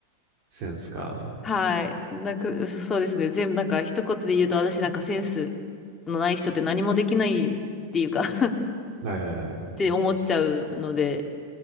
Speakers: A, on the right (about 45°); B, on the left (about 20°).
A: センスか。
B: はい。なんか、そうですね。全部、なんか、一言で言うと、私なんかセンスのない人って何もできないっていうか <laughs>
A: はいはいはい。
B: って思っちゃうので、